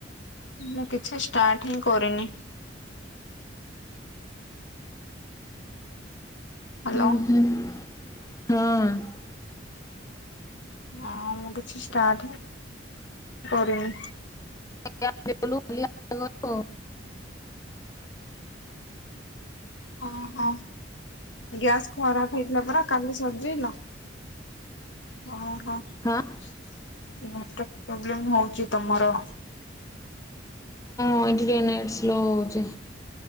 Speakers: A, on the left (about 70°); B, on the left (about 20°).
A: ମୁଁ କିଛି ଷ୍ଟାର୍ଟ ହିଁ କରିନି। ହାଲୋ।
B: ଉଁ ହୁଁ ହଁ।
A: ହଁ ମୁଁ କିଛି ଷ୍ଟାର୍ଟ ହିଁ କରିନି।
B: <unintelligible>
A: ଓହୋ ଗ୍ୟାସ୍ ଖରାପ ହେଇଥିଲା ପରା କାଲି ସଜେଇଲ? ଓହୋ ନେଟୱର୍କ
B: ହଁ।
A: ପ୍ରୋବ୍ଲେମ ହଉଛି ତମର?
B: ହଁ ଟିକେ ନେଟ୍ ସ୍ଲୋ ହଉଛି।